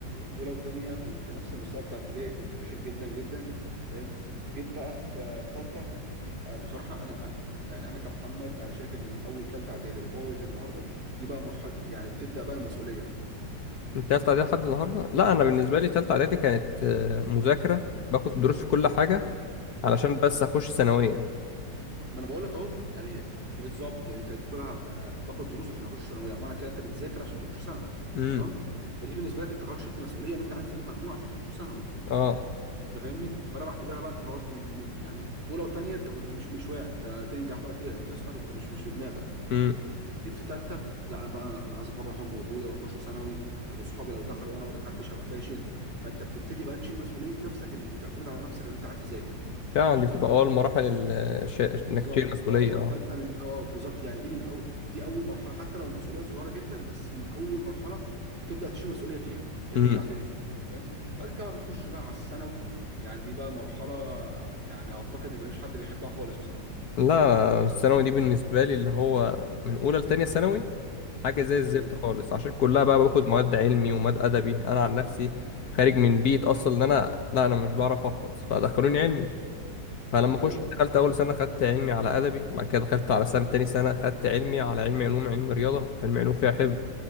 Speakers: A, on the right; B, on the left.
A: ولو تانية كنت نفس المستوى بتاع ابتدائي كنت فاشل جدا جدا فاهم جيت بقى في في تالتة آه، بصراحة أنا آه، يعني أنا كمحمد أنا شايف إن من أول تالتة إعدادي لغاية النهاردة دي بقى مرحلة يعني بتبدأ بقى المسؤولية بقى
B: انت تالتة اعدادي لحد النهارده لا انا بالنسبة لي تالتة اعدادي كانت آه، مذاكرة باخد دروس في كل
A: مم.
B: حاجة علشان
A: أيوه
B: بس اخش ثانوية
A: ما أنا بقول لك أهو يعني بالظبط أنت أنت بتقولها آه، باخد دروس عشان أخش ثانوية معنى كده أنت بتذاكر عشان تخش ثانوي
B: امم
A: تمام فدي بالنسبة لك أنت خلاص شلت مسؤولية إن أنت عايز تجيب مجموع عشان تخش ثانوي
B: اه
A: انت فاهمني فانا بعتبرها بقى انت خلاص من من يعني في اولى وثانيه انت كنت مش مش واعي انت تنجح بقى ت- تسقط انت مش مش في دماغك
B: امم
A: جيت في ثالثه لا بقى انا عايز افرح امي وابويا واخش ثانوي طب وصحابي لو دخلوا وانا ما دخلتش هبقى فاشل فانت بتبتدي بقى تشيل مسؤوليه نفسك ان... وتعتمد على نفسك ان انت عايز تذاكر
B: فعلا
A: عشان
B: دي بتبقى
A: تخش
B: اول مراحل ال- الش-
A: بالظبط
B: انك تشيل مسؤوليه
A: اه
B: اه
A: ف- فانت من اه بالظبط يعني دي من اول دي اول مرحله حتى لو المسؤوليه صغيره جدا بس من اول مرحله بتبدا تشيل مسؤوليه فيها هي
B: امم
A: ثالثه اعدادي دي فاهم بعد كده بقى بتخش بقى على الثانوي يعني دي بقى مرحله يعني اعتقد ان مفيش حد بيحبها خالص بصراحه
B: لا الثانوي دي بالنسبه لي اللي هو من اولى لتانية ثانوي حاجه زي الزفت
A: تمام
B: خالص عشان كلها بقى باخد
A: آه،
B: مواد علمي ومواد ادبي انا عن نفسي خارج من
A: بالظبط
B: بيت اصلا ان انا لا انا مش بعرف احفظ فدخلوني علمي فلما
A: ايوه
B: اخش دخلت اول سنه خدت علمي على ادبي بعد كده دخلت على سنه تاني سنه خدت علمي على علمي علوم علم رياضه في علمي علوم فيها حفظ
A: ايوه